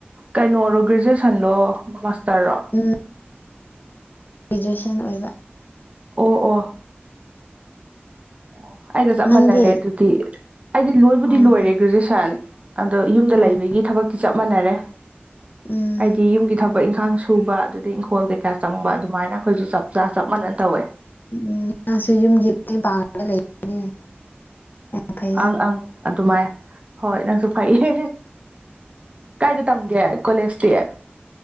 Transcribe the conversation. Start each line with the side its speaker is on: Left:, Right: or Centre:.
Right: ꯀꯩꯅꯣꯔꯣ ꯒ꯭ꯔꯦꯖꯨꯑꯦꯁꯟꯂꯣ ꯃꯥꯁꯇꯔꯔꯣ
Left: ꯎꯝ ꯒꯦꯖꯨꯑꯦꯁꯟ ꯑꯣꯏꯕ
Right: ꯑꯣ ꯑꯣ ꯑꯣ ꯑꯩꯒ ꯆꯞ
Left: ꯅꯪꯗꯤ
Right: ꯃꯥꯟꯅꯔꯦ ꯑꯗꯨꯗꯤ ꯑꯩꯗꯤ ꯂꯣꯏꯕꯨꯗꯤ
Left: ꯑꯥ
Right: ꯂꯣꯏꯔꯦ ꯒ꯭ꯔꯦꯖꯨꯑꯦꯁꯟ ꯑꯗꯣ ꯌꯨꯝꯗ
Left: ꯑꯣ
Right: ꯂꯩꯕꯒꯤ ꯊꯕꯛꯇꯤ ꯆꯞ ꯃꯥꯟꯅꯔꯦ
Left: ꯎꯝ
Right: ꯑꯩꯗꯤ ꯌꯨꯝꯒꯤ ꯊꯕꯛ ꯏꯪꯈꯥꯡꯁꯨ ꯊꯨꯕ ꯑꯗꯨꯗꯩ ꯏꯪꯈꯣꯜ ꯀꯩꯀꯥ ꯆꯪꯕ ꯑꯗꯨꯃꯥꯏꯅ ꯑꯈꯣꯏꯁꯨ ꯆꯞ ꯆꯥ ꯆꯞ ꯃꯥꯟꯅꯅ ꯇꯧꯋꯦ
Left: ꯎꯝ ꯃꯥꯁꯦ ꯌꯨꯝꯒꯤ ꯃꯇꯦꯡ ꯄꯥꯡꯉꯒ ꯂꯩꯕꯅꯦ ꯌꯥꯝ ꯐꯩꯌꯦ
Right: ꯑꯪ ꯑꯪ ꯑꯗꯨꯃꯥꯏ ꯍꯣꯏ ꯅꯪꯁꯨ ꯐꯩꯌꯦ ꯀꯥꯏꯗ ꯇꯝꯒꯦ ꯀꯣꯂꯦꯁꯇꯤ